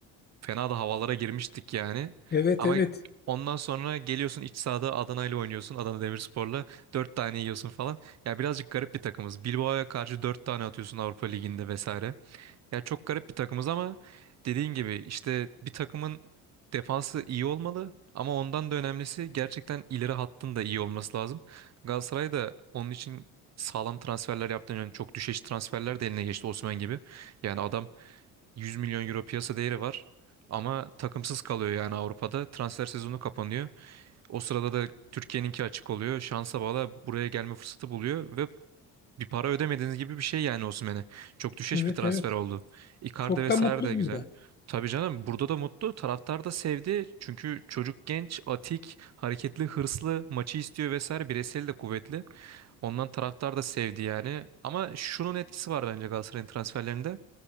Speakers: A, on the right; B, on the left.
A: Fena da havalara girmiştik yani.
B: Evet
A: Ama
B: evet.
A: ondan sonra geliyorsun iç sahada Adana ile oynuyorsun. Adana Demirspor'la 4 tane yiyorsun falan. Ya birazcık garip bir takımız. Bilbao'ya karşı 4 tane atıyorsun Avrupa Ligi'nde vesaire. Ya çok garip bir takımız ama dediğin gibi işte bir takımın defansı iyi olmalı. Ama ondan da önemlisi gerçekten ileri hattın da iyi olması lazım. Galatasaray da onun için sağlam transferler yaptığını yani çok düşeş transferler de eline geçti Osman gibi. Yani adam 100 milyon euro piyasa değeri var. Ama takımsız kalıyor yani Avrupa'da. Transfer sezonu kapanıyor. O sırada da Türkiye'ninki açık oluyor. Şansa bağla buraya gelme fırsatı buluyor ve bir para ödemediğiniz gibi bir şey yani Osimhen'e. Çok düşeş
B: Evet
A: bir transfer
B: evet.
A: oldu. Icardi
B: Çok
A: vesaire
B: da mutlu
A: de
B: burada.
A: güzel. Tabii canım burada da mutlu. Taraftar da sevdi. Çünkü çocuk genç, atik, hareketli, hırslı, maçı istiyor vesaire. Bireysel de kuvvetli. Ondan taraftar da sevdi yani. Ama şunun etkisi var bence Galatasaray'ın transferlerinde.